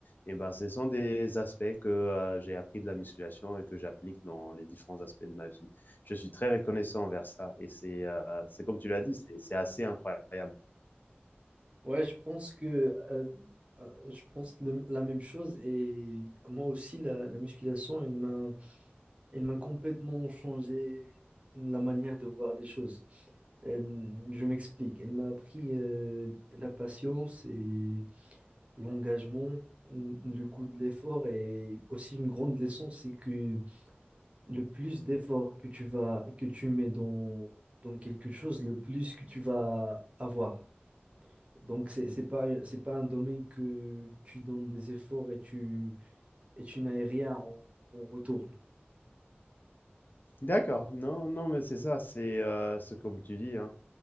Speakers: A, on the left; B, on the right.
A: et ben, ce sont des aspects que, heu, j'ai appris de la musculation et que j'applique dans les différents aspects de ma vie je suis très reconnaissant envers ça. Et c'est, euh, c'est comme tu l'as dit, c'est, assez incroyable.
B: Ouais, je pense que euh, euh, je pense le- la même chose et moi aussi la, la musculation, elle m'a elle m'a complètement changé la manière de voir des choses. Euh, je m'explique, elle m'a appris euh, la patience et l'engagement, n- le goût de l'effort et aussi une grande leçon, c'est que le plus d'efforts que tu vas que tu mets dans dans quelque chose, le plus que tu vas avoir. Donc, c'est c'est pas, c'est pas un domaine que tu donnes des efforts et tu, et tu n'as rien en, en retour.
A: D'accord. Non, non, mais c'est ça, c'est euh, c'est comme tu dis. hein.